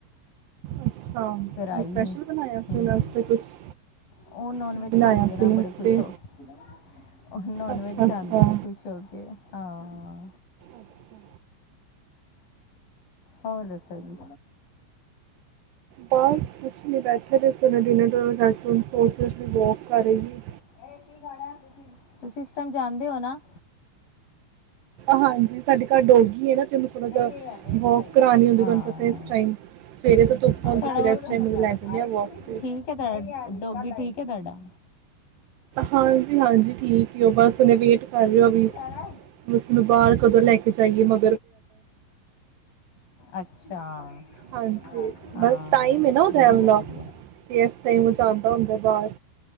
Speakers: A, on the right; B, on the left.
A: ਅੱਛਾ,
B: ਫਿਰ ਆਈ
A: ਕੀ ਸਪੈਸ਼ਲ
B: ਨਹੀਂ
A: ਬਣਾਇਆ ਸੀ,
B: ਹੂੰ
A: ਉਹਦੇ ਵਾਸਤੇ ਕੁਛ?
B: ਉਹ ਨੋਨ
A: ਕੀ
B: ਵੈਜ
A: ਬਣਾਇਆ
B: ਖਾਂਦੀ
A: ਸੀ
B: ਹੈ ਨਾ
A: ਉਹਨਾਂ
B: ਬੜੇ
A: ਵਾਸਤੇ
B: ਖੁਸ਼ ਹੋ ਕੇ, ਉਹ ਨੋਨ
A: ਅੱਛਾ
B: ਵੈਜ ਖਾਂਦੀ
A: ਅੱਛਾ
B: ਖੁਸ਼ ਹੋਕੇ, ਹਾਂ।
A: ਅੱਛਾ
B: ਹੋਰ ਦੱਸੋ ਜੀ?
A: ਬਾਸ ਕੁਛ ਨਹੀਂ ਬੈਠੇ ਦੇ ਸੀਡਿਨਰ-ਡੁਨਰ ਕਰਕੇ, ਸੋਚ ਰੀ ਵੀ, ਵੋਕ ਕਰ ਰਹੀ ਸੀ।
B: ਇਹ ਕੀ ਤੁਸੀਂ, ਇਸ ਟਾਈਮ ਜਾਂਦੇ ਹੋ ਨਾ?
A: ਹਾਂਜੀ, ਸਾਡੇ ਘਰ ਡੋਗੀ ਏ ਨਾ ਤੇਂ ਥੋੜਾ
B: ਨਹੀਂ
A: ਜਿਹਾ
B: ਹਲੇ ਨਹੀਂ
A: ਵੋਕ
B: ਆਈ
A: ਕਰਾਣੀ ਹੁੰਦੀ,
B: ਹਾਂ
A: ਤੁਹਾਨੂੰ ਪਤਾ ਇਸ ਟਾਈਮ, ਸਵੇਰੇ ਤੋਂ ਧੁੱਪ
B: ਹਾਂ
A: ਹੁੰਦੀ,
B: ਤੁਹਾਡਾ
A: ਫਿਰ
B: ਉਹ
A: ਇਸ
B: ਠੀਕ
A: ਟਾਇਮ
B: ਪਕਾ
A: ਲੈਕੇ ਚੱਲੇ
B: ਆਏ
A: ਆ, ਵਾਕ
B: ਕਿ ਪੂਰੀ
A: ਤੇ।
B: ਠੀਕ
A: <unintelligible>
B: ਹੈ ਤੁਹਾਡਾ, ਡੋਗੀ ਠੀਕ ਹੈ ਤੁਹਾਡਾ?
A: ਹਾਂਜੀ -ਹਾਂਜੀ, ਠੀਕ ਏ ਹੋ, ਬਸ ਉਹਨੇ ਵੇਟ ਕਰ ਰਹੇ ੳ
B: ਕੁਝ
A: ਵੀ।
B: ਖਾਣਾ ਹੈ?
A: ਉਸਨੂੰ ਬਾਹਰ, ਕਦੋਂ ਲੈ ਕੇ ਜਾਈਏ। ਮ
B: ਅੱਛਾ। ਹਾਂ
A: ਹਾਂਜੀ
B: ਹਾਂ
A: ਬਸ ਟਾਈਮ ਏ ਨਾ ਓ ਦੈਮ
B: ਵਧੀਆ
A: ਦਾ।
B: ਵਧੀਆ
A: 'ਤੇ ਏਸ ਟਾਈਮ ਜਾਂਦਾ ਹੁੰਦਾ ਬਾਰ।